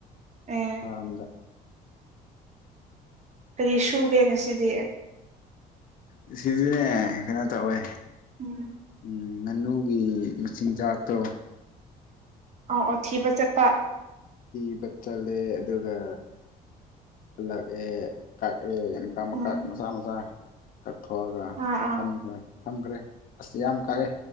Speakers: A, on the right; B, on the left.
A: ꯑꯦ
B: ꯐꯥꯝꯗ
A: ꯀꯔꯤ ꯁꯨꯒꯦ ꯉꯁꯤꯗꯤ
B: ꯉꯁꯤꯗꯤꯅꯦ ꯀꯩꯅꯣ ꯇꯧꯋꯦ
A: ꯎꯝ
B: ꯎꯝ ꯉꯥꯅꯨꯒꯤ ꯃꯆꯤꯟꯖꯥꯛꯇꯣ
A: ꯑꫭ ꯑꫭ ꯊꯤꯕ ꯆꯠꯄ
B: ꯊꯤꯕ ꯆꯜꯂꯦ ꯑꯗꯨꯒ ꯍꯜꯂꯛꯑꯦ ꯀꯛꯑꯦ ꯃꯀꯥꯛ ꯃꯀꯥꯛ
A: ꯎꯝ
B: ꯃꯆꯥ ꯃꯆꯥ ꯀꯛꯊꯣꯛꯑꯒ
A: ꯑꯥ ꯑꯥ
B: ꯊꯝꯈꯦ ꯊꯝꯈ꯭ꯔꯦ ꯑꯁ ꯌꯥꯝ ꯀꯛꯑꯦ